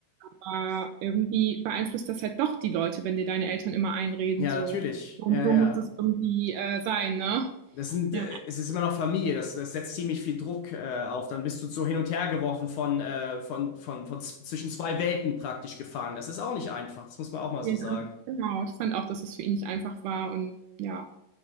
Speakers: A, on the right; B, on the left.
A: Aber irgendwie beeinflusst das halt doch die Leute, wenn dir deine Eltern immer einreden,
B: ja,
A: so.
B: natürlich.
A: Und
B: Ja,
A: so
B: ja.
A: muss das irgendwie äh, sein, ne?
B: Das sind,
A: Ja,
B: äh, es ist immer noch Familie, das, das setzt ziemlich viel Druck äh, auf. Dann bist du so hin und her geworfen von, äh, von, von, von z- zwischen zwei Welten praktisch gefangen. Das ist auch nicht einfach, das muss man auch mal
A: ja,
B: so sagen.
A: genau. Ich fand auch, dass es für ihn nicht einfach war und ja,